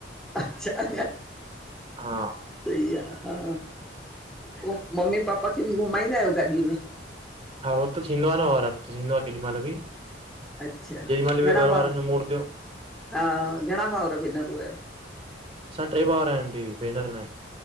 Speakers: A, in the centre; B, on the right (about 35°).
A: अच्छा।
B: हा
A: सई आ हा पो मम्मी पापा खे बि घुमाईंदा आहियो गाॾीअ में?
B: हा हू त थींदो आह न और हफ्त थींदो आ केॾी महिल बि
A: अच्छा
B: जेॾी महिल
A: घणा
B: बि घर
A: भाउ
B: वारनि जो मूड थियो।
A: हा घणा भाउर भेनरूं आहियो?
B: सा ट्रे भावउर आंटी भेनर नांए।